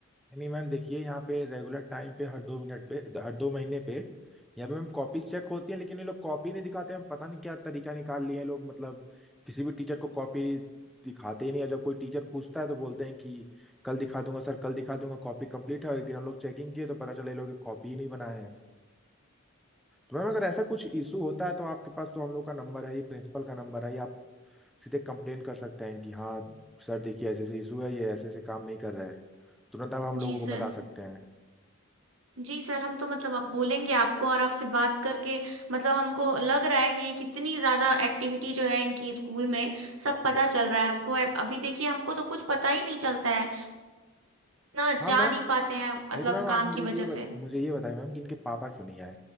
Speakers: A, in the centre; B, on the right (about 75°).
A: नहीं मैम देखिए यहाँ पे रेगुलर टाइम पे हर दो मिनट पे हर दो महीने पे यहाँ पे मैम कॉपीज चेक होती है लेकिन ये लोग कॉपी नहीं दिखाते हैं पता नहीं क्या तरीका निकाल लिए हैं लोग मतलब किसी भी टीचर को कॉपी दिखाते ही नहीं और जब कोई टीचर पूछता है तो बोलते हैं कि कल दिखा दूंगा सर कल दिखा दूंगा कॉपी कंप्लीट है और एक दिन हम लोग चेकिंग किए तो पता चला ये लोग कॉपी ही नहीं बनाए हैं तो मैम अगर ऐसा कुछ इशू होता है तो आपके पास तो हम लोग का नंबर है ही प्रिंसिपल का नंबर है ही आप सीधे कंप्लेन कर सकते हैं कि हाँ सर देखिए ऐसे ऐसे इशू है ये ऐसे ऐसे काम नहीं कर रहा है तुरंत आप हम लोगों
B: जी सर
A: को बता सकते हैं
B: जी सर हम तो मतलब आप बोलेंगे आपको और आपसे बात करके मतलब हमको लग रहा है कि ये कितनी ज्यादा एक्टिविटी जो है इनकी स्कूल में सब पता चल रहा है हमको अब- अभी देखिए हमको तो कुछ पता ही नहीं चलता है ना जा
A: हाँ मैम
B: नहीं पाते हैं मतलब
A: नहीं तो मैम
B: काम
A: आप मुझे
B: की वजह
A: ये
B: से
A: बत, मुझे ये बताएं मैम कि इनके पापा क्यों नहीं आए